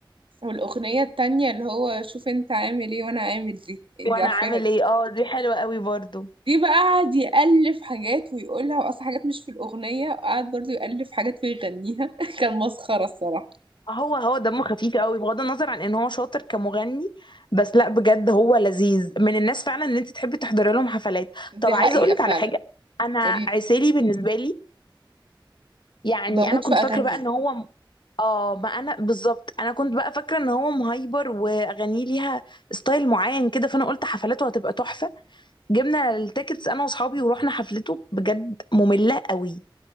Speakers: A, on the right; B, on the left.
A: والأغنية التانية اللي هو شوف انت عامل ايه وانا عامل دي دي
B: وانا
A: عارفاها
B: عامل
A: دي
B: ايه اه دي حلوه قوي برضه
A: دي بقى قعد يألف حاجات ويقولها وأصلا حاجات مش في الأغنية وقعد برضو يألف حاجات ويغنيها <laughs> كان مسخرة الصراحة
B: هو هو دمه خفيف قوي بغض النظر عن ان هو شاطر كمغني بس لا بجد هو لذيذ من الناس فعلا ان انت تحبي تحضري لهم حفلات
A: دي
B: طب
A: حقيقة
B: عايزه اقول لك
A: فعلا
B: على حاجه انا
A: اريد
B: عسيلي بالنسبه لي يعني
A: بموت
B: انا كنت
A: في اغانيه
B: فاكره بقى ان هو م- اه ما انا بالظبط انا كنت بقى فاكره ان هو مهايبر واغانيه ليها ستايل معين كده فانا قلت حفلاته هتبقى تحفه جبنا التيكتس انا واصحابي ورحنا حفلته بجد ممله قوي